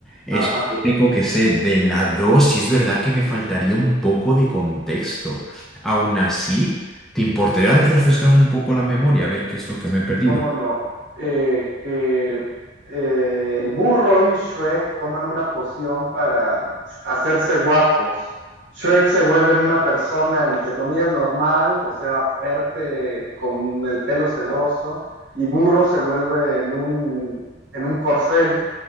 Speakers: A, in the centre; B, on the right.
A: Es
B: Ajá.
A: lo único que sé de la 2 y es verdad que me faltaría un poco de contexto. Aún así, ¿te importaría refrescarme un poco la memoria a ver qué es lo que me he perdido?
B: ¿Cómo no? Eh, que eh, el burro y Shrek toman una poción para hacerse guapos. Shrek se vuelve en una persona, entre comillas, normal, o sea, fuerte, con el pelo sedoso, y burro se vuelve en un, en un corcel.